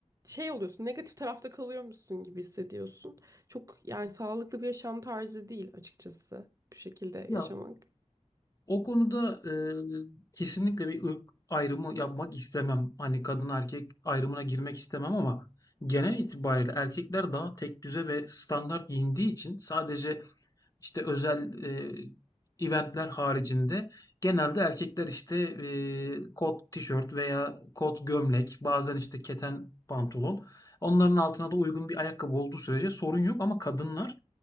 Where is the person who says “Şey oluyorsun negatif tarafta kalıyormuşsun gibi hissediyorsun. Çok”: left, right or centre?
Right